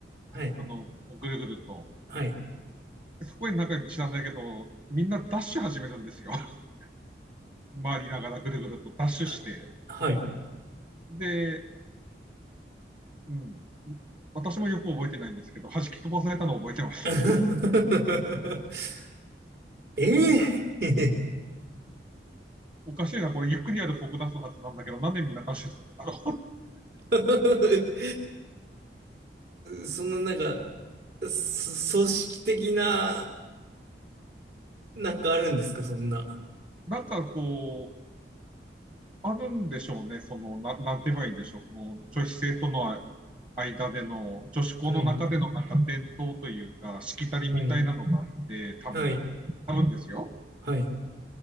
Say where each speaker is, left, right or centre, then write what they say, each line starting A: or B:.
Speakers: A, on the right; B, on the right.
A: はい、
B: あの、ぐるぐると。
A: はい、
B: そこになんか知らないけど、みんなダッシュ始めるんですよ。<laughs> 回りながらぐるぐるとダッシュして。
A: あはい。
B: で、うん。私もよく覚えてないんですけど、弾き飛ばされたのを覚えてます。
A: <laughs> ええ
B: おかしいな、これゆっくりやるフォークダンスのはずなんだけど、なんでみんなダッシュす、あの
A: <laughs> そんななんか、そ組織的な、なんかあるんですか、そんな。
B: なんかこう、あるんでしょうね、その、ななんて言えばいいんでしょう、この女子生徒の間での、女子校の中でのなんか伝統というか、
A: はい
B: しきたりみたいなのがあって、
A: はい。
B: 多分、
A: はい。
B: 多分ですよ。
A: はい。